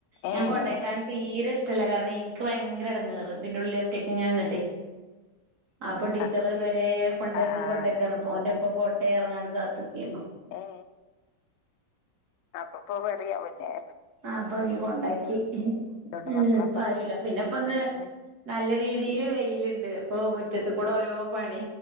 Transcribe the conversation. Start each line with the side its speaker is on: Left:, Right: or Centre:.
Right: ഞാൻ
Left: ഏഹ്
Right: കൊണ്ടാക്കാൻ തീരെ ഇഷ് ഇ്ടല്ല കാരണം എനിക്ക് ഭയങ്കര ഇടങ്ങേറ് ഇതിന്റെ ഉള്ളില ഒറ്റക്കെ ഇങ്ങനെ നിന്നിട്ടെ അപ്പൊ ടി
Left: ആഹ്
Right: ചറ് ഇതുവരെ കൊണ്ടാക്ക്
Left: ആഹ് ആഹ്
Right: കൊണ്ടാക്ക്
Left: അതെ
Right: അപ്പോ ഓന്റെപ്പ പോ ട്ടെ റഞ്ഞാണ്ട് കാത്ത്‌ക്കെന്നു
Left: ഏ അപ്പപ്പോ പേടിയവുലെ
Right: ആ അപ്പൊ നീ കൊണ്ടാക്കി.
Left: പോയതോണ്ട്
Right: ഉമ്
Left: മക്കളൊക്കെ
Right: പാരുല പിന്നെപ്പൊ ഒന്ന്
Left: പോയി
Right: നല്ല രീതിയില്
Left: ഉം ഉം
Right: വെയിലുണ്ട്. അപ്പൊ മുറ്റത്തു കൂടെ ഓരോ പണി